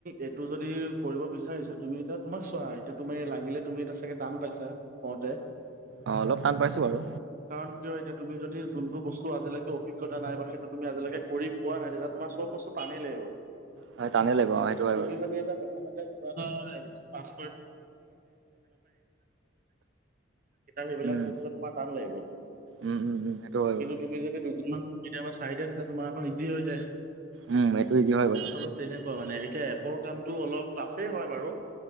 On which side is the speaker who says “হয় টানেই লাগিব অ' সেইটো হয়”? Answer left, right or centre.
Right